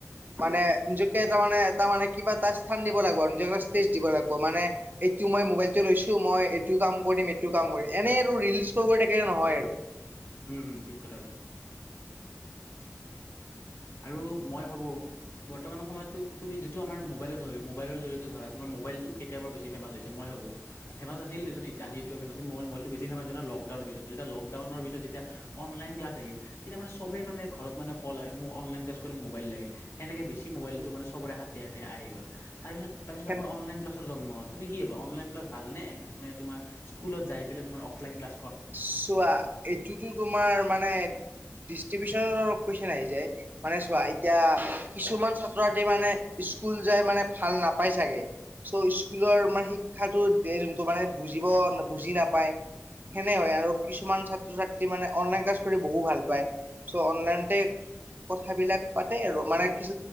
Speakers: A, on the right; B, on the left.
A: মানে নিজকে তাৰমানে তাৰমানে কিবা এটা স্থান দি দিব লাগিব মানে নিজকে স্পেচ দিব লাগিব। মানে এইটো মই মোবাইলটো লৈছো মই এইটো কাম কৰিমে। এইটো কাম কৰিম এনেই ৰিলচ স্ক'ল কৰি থাকিলে নহয় আৰু।
B: উম, উম ঠিক কথা কৈছা। আৰু মই ভাবো বৰ্তমান সময়ত তুমি যিটো আমাৰ মোবাইলত হয়, মোবাইলৰ জৰিয়তে ধৰা তোমাৰ মোবাইটো কেতিয়াৰা বেছি ফেমাছ হৈছে মই ভাবো ফেমাছ আছিল আজি এতিয়াও ফেমাছ। মোবাইলটা বেছি ফেমাছ হ'ল লকডাউন লকডাউনৰ পিছত যেতিয়া অনলাইন ক্লাছ আহিল। তেতিয়া মানে চবে মানে ঘৰত মানে কল আহে। মোৰ অনলাইন ক্লাছ কৰি মোবাইল লাগে। সেনেকে বেছি মোবাইলটো
A: উম
B: মানে চবৰে হাতে হাতে আহি গ'ল। তাৰ পিছত তাৰ পিছত
A: উম
B: আমাৰ অনলাইন ক্লাছৰ জন্ম হ'ল। তুমি কি ভাবা অনলাইন ক্লাছ ভালে নে? তোমাৰ স্কুলত যায় পেলে তোমাৰ অফলাইন ক্লা
A: চোৱা এইটোতো তোমাৰ মানে ডিষ্ট্ৰিবিউচনৰ কোৱেচন আহি যায়। মানে চোৱা এতিয়া
B: উম,
A: কিছুমান ছাত্ৰ ছাত্ৰী মানে স্কুল যায় মানে ভাল নাপাই চাগে। চ' স্কুলৰ মান শিক্ষাটো যোনটো মানে বুজিব বুজি নাপায়। সেনে হয় আৰু কিছুমান ছাত্ৰ ছাত্ৰী মানে অনলাইন ক্লাছ কৰি বহু ভাল পায়। চ' অনলাইনতে
B: উম,
A: কথাবিলাক পাতে আৰু মানে কিছ